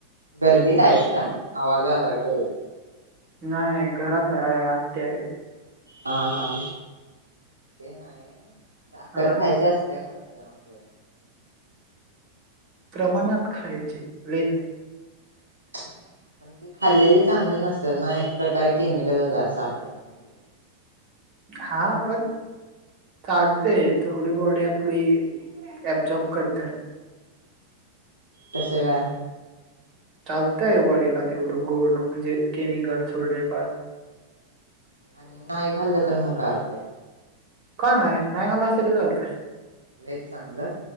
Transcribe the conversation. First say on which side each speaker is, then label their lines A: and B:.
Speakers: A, on the right; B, on the right.
A: गर्दीत आहेस का,, आवाज आलाय तरीऽऽ
B: नाय,, घरात आहे आत्या आयत...
A: हा, हा, ते नाही साखर
B: हा
A: खायचे असत्याऽऽ त्यागण असते आ घ <unintelligible>
B: प्रमाणात खायची, लय नाई,
A: <unintelligible> खाल्लेले चांगले नसताच नाइ,, एक प्रकारे केमिकलच आय साखर म्हणेऽऽ
B: हाऽऽ पण, चालतेय,, थोडी बॉडी आपली अब्जॉर्ब करत्याऽऽ
A: तसं, का?
B: चालतय बॉडीला तेवढं गोड,, म्हणजे केमिकल थोडेफारऽऽ
A: आणि नाही खाल्लं तर मग काय होतयऽऽ
B: काय नाही, नाही खालास तरी चालतय..
A: लईच चांगलं,,